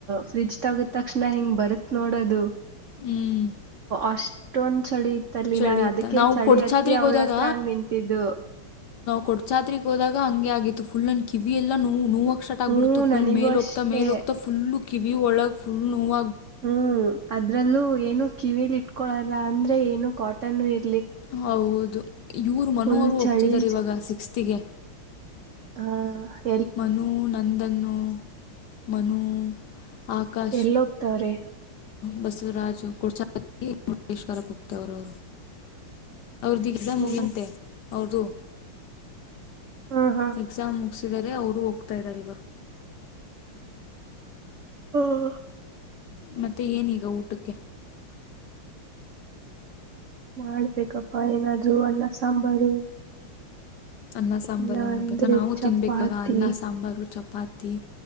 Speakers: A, on the right (about 85°); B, on the left (about 70°).
A: ಫ್ರಿಜ್ ತೆಗದ್ ತಕ್ಷಣ ಹಿಂಗ್ ಬರುತ್ ನೋಡದು
B: ಹ್ಮ್
A: ಅಷ್ಟ ಅಷ್ಟೊಂದ ಚಳಿ ಇತ್ತಲ್ಲಿ
B: ಚಳಿತ
A: ನಾನ್ ಅದಕ್ಕೆ
B: ನಾವು
A: ಚಳಿ
B: ಕೊಡ್ಚಾದ್ರಿಗೆ
A: ಹತ್ತಿ ಅವ್ಳ
B: ಹೋದಾಗ
A: ಹತ್ರ ಹಂಗ್ ನಿಂತಿದ್ದು
B: ಕೊಡ್ಸಾತ್ರಿಗ್ ಹೋದಾಗ ಹಂಗೆ ಆಗಿತ್ತು ಫುಲ್ನ್ ಕಿವಿ ಎಲ್ಲ ನೋವು ನೋವಕ್ ಸ್ಟಟ್ ಆಗ್ಬಿಡ್ತ
A: ಹ್ಮ್ ನನಿಗೂ
B: ಮೇಲ್
A: ಅಷ್ಟೇ
B: ಹೋಗ್ತ ಮೇಲ್ ಹೋಗ್ತ ಫುಲ್ ಕಿವಿಒಳಗ್ ಫುಲ್ ನೋವ
A: ಹ್ಮ್ ಅದ್ರಲ್ಲೂ ಏನು ಕಿವಿಲಿ ಇಟ್ಕೊಳಲ್ಲ ಅಂದ್ರೆ ಏನು ಕಾಟನ್ ಇ
B: ಹೌದು ಇವರು ಮನು
A: ಫುಲ್
B: ಅವರು ಹೋಗ್ತಿದ್ದಾರೆ
A: ಚಳಿ
B: ಇವಾಗ ಸಿಕ್ಸ್ತಿಗೆ
A: ಹ್ಮ
B: ಮನು ನಂದನ್ನು ಮನು ಆಕಾಶ್
A: ಎಲ್ಲ ಹೋಗ್ತವ್ರೆ
B: ಬಸವರಾಜು <unintelligible> ಮುಟ್ಟೇಶ್ವರ ಹ್ತವ್ರ ಅವರು ಅವೃದು ಎಕ್ಸಾಮ್
A: ಓ
B: ಮುಗ್ಲಂತೆ ಅವ್ರ್ದು
A: ಹಾ ಹಾ
B: ಎಕ್ಸಾಮ್ ಮುಗಸಿದರೆ ಅವರು ಹೋಗ್ತಾ ಇದ್ದಾರೆ ಇವಾಗ
A: ಹ್ಮ
B: ಮತ್ತೆ ಏನೀಗ ಊಟಕ್ಕೆ
A: ಮಾಡ್ಬೇಕಪ್ಪಾ ಏನಾದ್ರು ಅನ್ನ ಸಾಂಬಾರು
B: ಅನ್ನ ಸಾಂಬಾರ್
A: ಇಲ್ಲ
B: ಎಲ್ಲ ಮಾಡ್ಬೇಕಾ
A: ಅಂದ್ರೆ
B: ನಾವು
A: ಚಪಾತಿ
B: ತಿನ್ಬೇಕುಾಗ ಅನ್ನ ಸಾಂಬಾರು ಚಪ್ಪ ಚಪಾತಿ